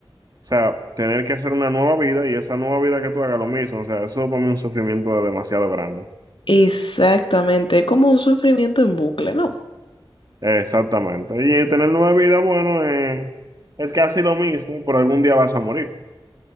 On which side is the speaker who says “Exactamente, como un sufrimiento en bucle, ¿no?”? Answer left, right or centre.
Left